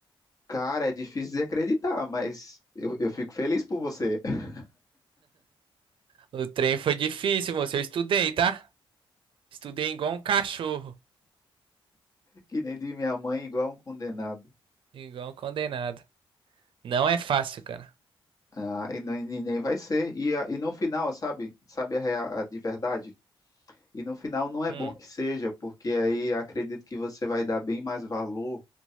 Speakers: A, on the left; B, on the right.
A: cara, é difícil de acreditar, mas eu, eu fico feliz por você. <laughs>
B: O trem foi difícil, moço. Eu estudei, tá? Estudei igual um cachorro,
A: Que nem de minha mãe, igual um condenado.
B: igual um condenado. Não é fácil, cara.
A: Ah, e nem, nem vai ser. E, a- e no final, sabe? Sabe a, rea- a de verdade? E no final não é
B: Hum.
A: bom que seja, porque aí acredito que você vai dar bem mais valor